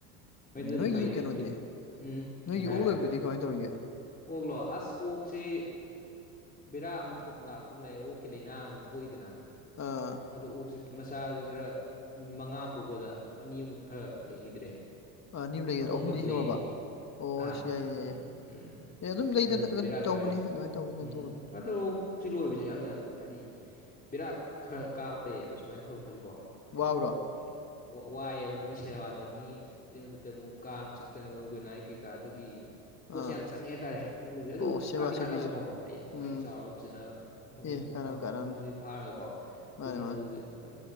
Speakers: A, on the left (about 20°); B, on the left (about 35°).
A: ꯍꯣꯏ ꯑꯗꯨꯅ
B: ꯅꯣꯏꯒꯤ
A: ꯐꯩꯗ
B: ꯀꯩꯅꯣꯗꯤ
A: ꯌꯨꯝ ꯎꯝ
B: ꯅꯣꯏꯒꯤ
A: ꯍꯥꯏꯌꯣ
B: ꯑꯣꯛ ꯂꯣꯏꯕꯗꯨꯗꯤ
A: ꯍꯥꯏꯌꯣ
B: ꯀꯃꯥꯏꯅ ꯇꯧꯔꯤꯒꯦ
A: ꯑꯣꯛꯂꯣ ꯑꯁ ꯑꯣꯛꯁꯤ ꯕꯦꯔꯥ ꯑꯃ ꯊꯣꯛ ꯂꯥꯛꯄ ꯑꯃ ꯂꯩ ꯑꯣꯛꯀꯤ ꯂꯥꯏꯅꯥ ꯑꯃ ꯊꯣꯛꯏꯗꯅ
B: ꯑꯥ
A: ꯑꯗꯣ ꯑꯣꯛꯁꯤ ꯃꯆꯥꯁꯤ ꯈꯔ ꯃꯉꯥ ꯄꯣꯛꯕꯗ ꯑꯅꯤꯃꯨꯛ ꯈꯔ ꯂꯩꯈꯤꯗ꯭ꯔꯦ
B: ꯑꯅꯤ ꯑꯃ ꯂꯩꯒꯗ꯭ꯔꯥ
A: ꯑꯍꯨꯝꯕꯨꯗꯤ
B: ꯑꯍꯨꯝꯗꯤ ꯍꯤꯡꯉꯕ
A: ꯂꯩꯔꯤ
B: ꯑꯣ
A: ꯑꯥ
B: ꯑꯁ ꯌꯥꯏꯌꯦ ꯌꯥꯏꯌꯦ
A: ꯎꯝ ꯎꯝ
B: ꯑꯦ ꯑꯗꯨꯝ ꯂꯩꯗꯅ
A: ꯑꯗꯨꯅꯤ
B: ꯑꯗꯨꯝ
A: ꯕꯦꯔꯥ
B: ꯇꯧꯕꯅꯤ
A: ꯀꯥꯔꯤꯁꯦ
B: ꯑꯗꯨꯃꯥꯏꯅ ꯇꯧꯕꯅꯤ ꯑꯗꯨꯃꯥꯏꯅ
A: ꯎꯝ
B: ꯇꯧꯕꯅꯤ
A: ꯁꯨꯃꯥꯏꯅ ꯇꯧꯔꯛ ꯍꯧꯖꯤ ꯂꯣꯏꯕꯕꯁꯤ ꯌꯥꯝꯅ ꯍꯥꯏꯗꯤ ꯕꯤꯔꯥꯞ ꯈꯔ ꯀꯥꯕ ꯂꯩꯌꯦꯕ ꯁꯨꯃꯥꯏꯅ ꯊꯂꯛꯄꯁꯨꯀꯣ ꯍꯥꯏꯗꯤ
B: ꯋꯥꯕ꯭ꯔꯣ
A: ꯃꯣꯏ ꯋꯥ ꯋꯥꯏꯌ‌ꯦꯕ ꯂꯣꯏꯅ ꯁꯦꯕꯥ ꯇꯧꯅꯤ ꯑꯗꯨꯏ ꯃꯊꯛꯇ ꯑꯃꯨꯛ ꯀꯥꯡ ꯆꯤꯛꯇꯅꯕ ꯒꯨꯠꯅꯥꯏꯠ ꯀꯩꯀꯥꯗꯒꯤ ꯄꯣꯠꯁꯦ
B: ꯑꯥ
A: ꯌꯥꯝ ꯆꯪꯉꯦ ꯍꯥꯏꯇꯥꯔꯦ ꯑꯣꯛ ꯂ‌ꯣꯏꯕꯁꯦ ꯑꯗꯨ
B: ꯑꯣ ꯁꯦꯕꯥ
A: ꯀꯥꯟꯗꯤ
B: ꯁꯦꯕꯤꯁꯦ
A: ꯀꯥꯟꯅꯕꯀꯣ ꯍꯌꯦꯡꯋꯥꯏ
B: ꯎꯝ
A: ꯆꯥꯎꯔꯒ ꯐꯖꯅ ꯃꯍꯨꯝ
B: ꯑꯦ
A: ꯃꯐ
B: ꯀꯥꯟꯅꯕꯅꯤ ꯀꯥꯟꯅꯕꯅꯤ
A: ꯃꯍꯨꯝꯁꯤ ꯐꯥꯔꯒꯀꯣ
B: ꯃꯥꯅꯤ
A: ꯑꯗꯨꯅ
B: ꯃꯥꯅꯤ
A: ꯑꯗꯨꯗꯨꯏ ꯌꯥꯝ